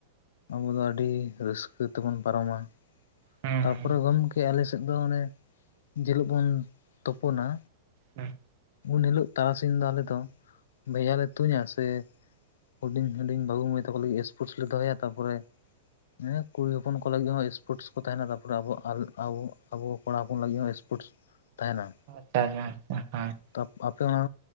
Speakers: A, on the left (about 75°); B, on the right (about 45°).
A: ᱟᱵᱚ ᱫᱚ ᱟᱹᱰᱤ ᱨᱟᱹᱥᱠᱟᱹ ᱛᱮᱵᱚᱱ ᱯᱟᱨᱚᱢᱟ ᱾
B: ᱦᱩᱸ
A: ᱛᱟᱨᱯᱚᱨᱮ
B: ᱦᱩᱸ
A: ᱜᱚᱢᱠᱮ, ᱟᱞᱮ ᱥᱮᱫ ᱫᱚ ᱚᱱᱮ ᱡᱮᱦᱤᱞᱳᱜ ᱵᱚᱱ ᱛᱩᱯᱩᱱᱟ
B: ᱦᱮᱸ ᱾
A: ᱩᱱ ᱦᱤᱞᱳᱹᱜ ᱛᱟᱨᱟᱥᱤᱧ ᱫᱚ ᱟᱞᱮ ᱫᱚ ᱵᱮᱡᱷᱟ ᱞᱮ ᱛᱩᱧᱟ ᱥᱮ ᱦᱩᱰᱤᱧ ᱦᱩᱰᱤᱧ ᱵᱟᱹᱵᱩ ᱢᱟᱹᱭ ᱛᱟᱠᱚ ᱞᱟᱹᱜᱤᱫ, ᱥᱯᱳᱨᱴᱥ ᱞᱮ ᱫᱚᱦᱚᱭᱟ ᱾ ᱛᱟᱯᱚᱨᱮ ᱦᱮᱸ ᱠᱩᱲᱤ ᱦᱚᱯᱚᱱ ᱠᱚ ᱞᱟᱹᱜᱤᱫ ᱦᱚᱸ ᱥᱯᱳᱨᱴᱥ ᱠᱚ ᱛᱟᱦᱮᱱᱟ᱾ ᱛᱟᱯᱚᱨᱮ ᱟᱵᱚ ᱟᱵᱚ ᱟᱵᱚ ᱠᱚᱲᱟ ᱦᱚᱯᱚᱱ ᱞᱟᱹᱜᱤᱫ ᱦᱚᱸ, ᱥᱯᱳᱨᱴᱥ ᱛᱟᱦᱮᱱᱟ ᱾
B: ᱟᱪᱪᱷᱟ <unintelligible> ᱟᱷᱟᱮᱸ
A: ᱛᱟ ᱟᱯᱮ ᱚᱱᱟ